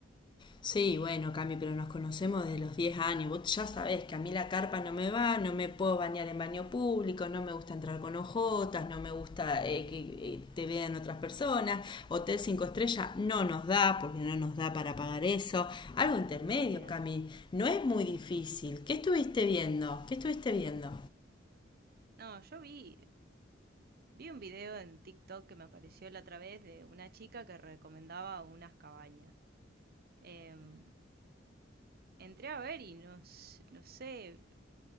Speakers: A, on the left (about 25°); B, on the right (about 55°).
A: Sí, bueno, Cami, pero nos conocemos desde los 10 años. Vos ya sabés que a mí la carpa no me va, no me puedo bañar en baño público, no me gusta entrar con ojotas, no me gusta eh, que eh, te vean otras personas. Hotel 5 estrellas no nos da, porque no nos da para pagar eso. Algo intermedio,
B: No, olvídate.
A: Cami. No es muy difícil. ¿Qué estuviste viendo? ¿Qué estuviste viendo?
B: No, yo vi, vi un video en TikTok que me apareció la otra vez de una chica que recomendaba unas cabañas. Em, entré a ver y no, s- no sé,